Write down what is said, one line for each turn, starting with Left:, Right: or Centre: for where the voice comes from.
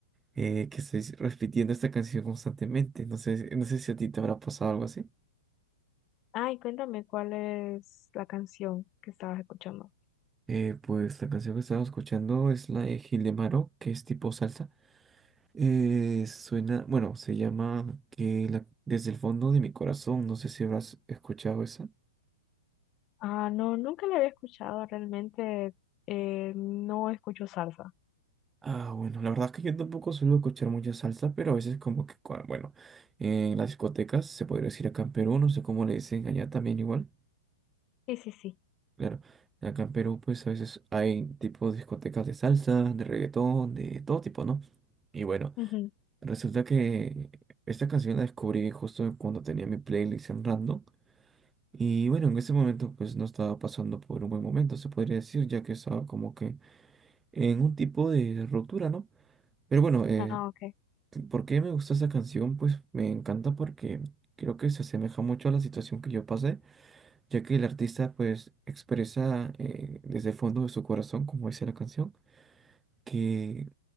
Right: eh, que estoy repitiendo esta canción constantemente. No sé, no sé si a ti te habrá pasado algo así.
Left: Ay, cuéntame cuál es la canción que estabas escuchando.
Right: Eh, pues la canción que estaba escuchando es la de Gil de Maro, que es tipo salsa. Eh, suena, bueno, se llama que la- Desde el fondo de mi corazón. No sé si habrás escuchado esa.
Left: Ah, no, nunca la había escuchado, realmente eh, no escucho salsa.
Right: Ah, bueno, la verdad es que yo tampoco suelo escuchar mucha salsa, pero a veces como que, cua- bueno, en las discotecas, se podría decir acá en Perú, no sé cómo le dicen allá también igual.
Left: Sí, sí, sí.
Right: Claro, acá en Perú pues a veces hay tipo discotecas de salsa, de reggaetón, de todo tipo, ¿no? Y bueno,
Left: Ujú.
Right: resulta que esta canción la descubrí justo cuando tenía mi playlist en random. Y bueno, en ese momento pues no estaba pasando por un buen momento, se podría decir, ya que estaba como que en un tipo de ruptura, ¿no? Pero bueno, eh,
Left: Ah, ok.
Right: ¿por qué me gusta esa canción? Pues me encanta porque creo que se asemeja mucho a la situación que yo pasé ya que el artista pues expresa eh, desde el fondo de su corazón, como dice la canción, que